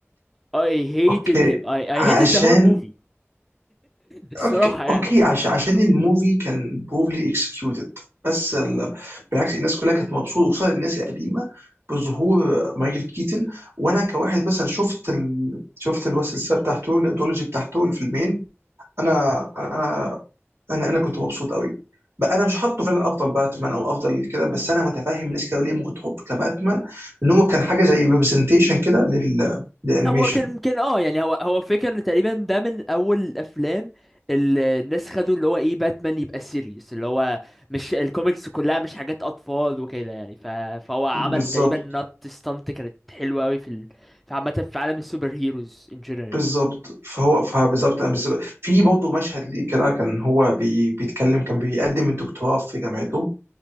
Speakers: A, in the centre; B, on the right.
A: I hated
B: اوكي
A: him I I
B: عشان
A: hated the whole movie الصراحه
B: اوكي
A: يعني
B: اوكي عشان عشان الموفي كان بروفلي اكسكيوتد بس ال... بالعكس الناس كلها كانت مبسوطه وخصوصا الناس القديمه بظهور مايكل كيتن وانا كواحد مثلا شفت ال... شفت الوسط السابع بتاعته الادولوجي بتاعته الفيلمين انا انا انا انا كنت مبسوط قوي بقى انا مش حاطه فعلا افضل باتمان او افضل كده بس انا متفاهم ناس كده ليه ممكن تحطه كباتمان ان هو كان حاجه زي ريبرزنتيشن كده لل... للانيميشن
A: هو كان ممكن اه يعني هو هو فكرة ان تقريبا ده من اول الافلام اللي الناس خدوا اللي هو ايه باتمان يبقى سيريس اللي هو مش الكوميكس كلها مش حاجات اطفال وكده يعني ف... فهو عمل
B: بالظبط
A: تقريبا نوت ستانت كانت حلوة قوي في ال... في عامة في عالم السوبر هيروز ان جنرال
B: بالظبط فهو فبالظبط أنا بالظبط- في برضه مشهد ليه كده كان هو بي بيتكلم كان بيقدم الدكتوراه في جامعته